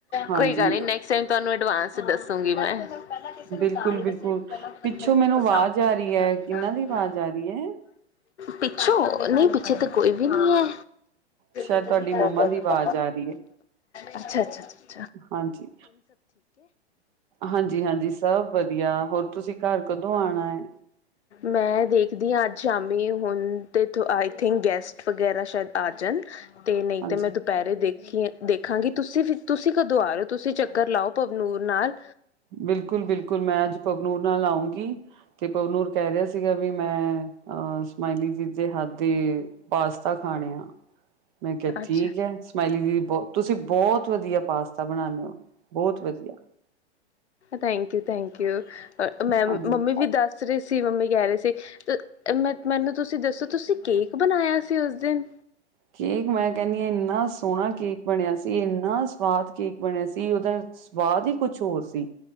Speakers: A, on the right; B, on the left.
A: ਹਾਂਜੀ
B: ਕੋਈ ਗੱਲ ਨੀ ਨੈਕਸਟ ਟਾਈਮ ਤੁਹਾਨੂੰ ਅਡਵਾਂਸ ਚ ਦੱਸੂਂਗੀ ਮੈਂ ਪਹਿਲਾਂ ਕਿਸੇ ਨੂੰ
A: ਬਿਲਕੁਲ
B: ਤਾਂ ਨੀ
A: ਬਿਲਕੁਲ
B: ਦੱਸਿਆ ਪਹਿਲਾਂ ਪਤਾ
A: ਪਿੱਛੋਂ
B: ਨੀ ਮੈਨੂੰ ਪਸੰਦ
A: ਆਵਾਜ਼
B: ਆਉਂਦਾ
A: ਆ ਰਹੀ ਹੈ ਕਿਹਨਾਂ ਦੀ ਆਵਾਜ਼
B: ਜਾਂ
A: ਆ ਰਹੀ ਹੈ
B: ਪਿੱਛੋਂ ਨਹੀਂ ਪਿੱਛੇ ਤਾਂ ਕੋਈ ਵੀ ਨਹੀਂ ਹੈ।
A: ਸ਼ਾਇਦ
B: <inaudible>
A: ਤੁਹਾਡੀ ਮੰਮਾ ਦੀ ਆਵਾਜ਼ ਆ ਰਹੀ ਹੈ
B: ਅੱਛਾ ਅੱਛਾ
A: ਹਾਂਜੀ ਹਾਂਜੀ ਹਾਂਜੀ ਸਭ ਵਧੀਆ ਹੋਰ ਤੁਸੀਂ ਘਰ ਕਦੋਂ
B: ਹਾਂ
A: ਆਉਣਾ ਹੈ
B: ਮੈਂ ਦੇਖਦੀ ਹਾਂ ਅੱਜ ਸ਼ਾਮੀ ਹੁਣ ਤੇ ਆਈ ਥਿੰਕ ਗੈਸਟ ਵਗੈਰਾ ਸ਼ਾਇਦ ਆ ਜਾਣ ਤੇ ਨਹੀਂ
A: ਹਾਂਜੀ
B: ਤੇ ਮੈਂ ਪੈਰੇ ਦੇਖੀ ਦੇਖਾਂਗੀ ਤੁਸੀਂ, ਤੁਸੀਂ ਕਦੋਂ ਆ ਰਹੇ ਹੋ ਤੁਸੀਂ ਚੱਕਰ ਲਾਓ ਪਵਨੂਰ ਨਾਲ।
A: ਬਿਲਕੁਲ- ਬਿਲਕੁਲ ਮੈਂ ਅੱਜ ਪਵਨੂਰ ਨਾਲ ਆਉਂਗੀ। ਤੇ ਪਵਨੂਰ ਕਹਿ ਰਿਹਾ ਸੀਗਾ ਵੀ ਮੈਂ ਅਹ ਸਮਾਇਲੀ ਦੀ ਦੇ ਹੱਥ ਦੀ ਪਾਸਤਾ ਖਾਣੇ ਆ, ਮੈਂ ਕਿਹਾ ਠੀਕ
B: ਅੱਛਾ
A: ਹੈ ਸਮਾਈਲੀ ਦੀ ਬਹੁਤ ਤੁਸੀਂ ਬਹੁਤ ਵਧੀਆ ਪਾਸਤਾ ਬਣਾਉਂਦੇ ਹੋ, ਬਹੁਤ ਵਧੀਆ।
B: ਥੈਂਕ ਯੂ- ਥੈਂਕ ਯੂ ਮੈਂ
A: ਹਾਂਜੀ
B: ਮੰਮੀ ਦੀ ਦਸ ਰੇ ਸੀ ਮੰਮੀ ਕਹਿ ਰਹੇ ਸੀ ਮ ਮੈਨੂੰ ਤੁਸੀਂ ਦੱਸੋ ਤੁਸੀਂ ਕੇਕ ਬਣਾਇਆ ਸੀ ਉਸ ਦਿਨ।
A: ਕੇਕ ਮੈਂ ਕਹਿੰਦੀ ਹਾਂ ਇੰਨਾ ਸੋਹਣਾ ਕੇਕ ਬਣਿਆ ਸੀ, ਇੰਨਾ ਸਵਾਦ ਕੇਕ ਬਣਿਆ ਸੀ, ਉਹਦੌ ਸਵਾਦ ਹੀ ਕੁਛ ਹੋਰ ਸੀ,